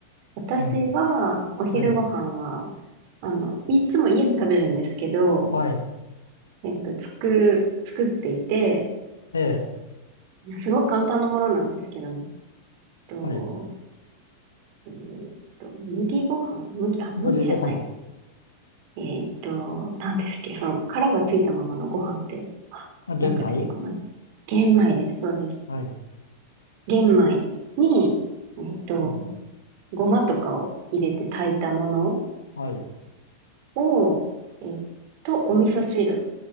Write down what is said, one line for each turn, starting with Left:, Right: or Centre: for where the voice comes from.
Right: 私は、
Left: うん。
Right: お昼ご飯は、
Left: はい。
Right: あの、いつも家で食べるんですけど、
Left: はい。
Right: えっと、つく、作っていて、
Left: ええ。
Right: すごく簡単なものなんですけども、えっと、
Left: はい。
Right: えーっと、麦ご飯麦、あ、
Left: 無りご飯。
Right: 麦じゃない。えーっと、何ですっけその、殻がついたままのご飯って、あ、
Left: あ、玄米
Right: なんか出てこない。玄米です、そうです。
Left: はい。
Right: 玄米に、えーっと、
Left: うん。
Right: ごまとかを入れて炊いたもの
Left: はい。
Right: を、えーっと、お味噌汁